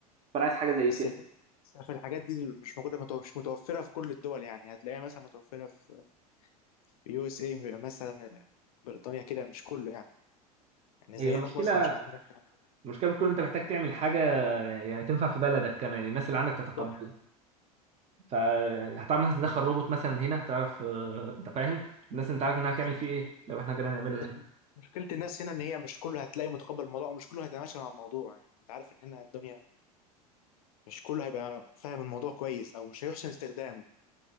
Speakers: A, on the right; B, on the left.
A: فأنا عايز حاجة زي
B: بس
A: كده
B: ال- بس في الحاجات دي مش موجودة متو- مش متوفرة في كل الدول يعني هتلاقيها مثلا متوفرة في في يو اس اي مثلا بريطانيا كده مش كله يعني يعني
A: هي
B: زي
A: المشكلة
B: هنا في مصر مش عندنا الكلام ده
A: المشكلة بتكون انت محتاج تعمل حاجة يعني تنفع في بلدك كمان الناس اللي عندك تتقبلها
B: بالظبط
A: فهتعرف مثلا تدخل روبوت مثلا هنا هتعرف آه، انت فاهم الناس انت عارف انها
B: بس
A: هتعمل فيه ايه لو احنا جينا نعمله
B: بس
A: هنا
B: مشكلة الناس هنا إن هي مش كله هتلاقي متقبل الموضوع ومش كله هيتماشى مع الموضوع يعني أنت عارف إن هنا الدنيا مش كله هيبقى فاهم الموضوع كويس او مش هيحسن استخدامه